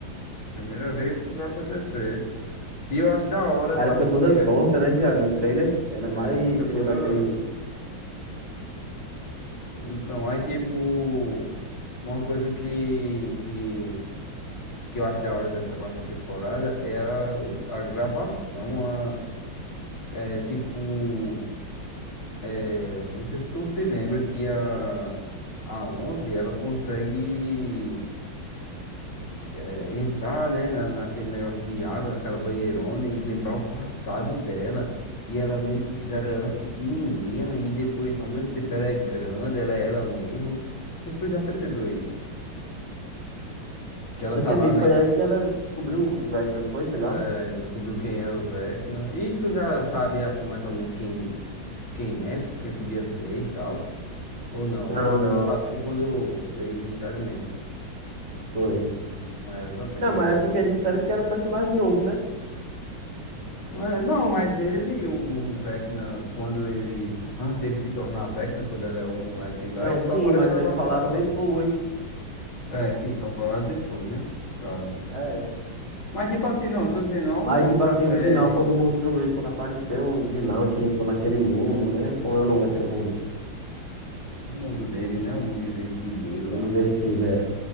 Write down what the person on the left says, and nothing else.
Primeira vez que vai acontecer. E eu acho da hora,
sabe
o
que
é?
É,
fica
toda.
Então, aí tipo, uma coisa que, que, que eu acho da hora dessa quarta temporada é a, o- a gravação, a, é, tipo, é, não sei se tu se lembra que a, a 11 ela consegue é, entrar, né, na, naquele negócio de água, naquela banheirona e lembrar o passado dela. E ela meio que fizeram ela pequenininha e depois, ao mesmo tempo, ela é grande, ela é ela mesmo. Não sei se tu já percebeu isso. Que ela
tá lá na
es-
É, descobriu quem é o Vecna. E tu já sabe, assim, mais ou menos quem, quem é, quem podia ser e tal? Ou não?
Ou tu
só sabia quando eles disseram mesmo?
É, eu também.
É, não, mas ele, o, o Vecna, quando ele. Antes dele se tornar Vecna, quando ele é um moleque lá,
ele
só aparece
na
quarta
temporada.
É, sim, só falaram depois, né? No caso.
Mas, tipo assim, não, eu tô dizendo, ao
longo
da
série,
o mundo dele, né? O mundo invertido dele
lá.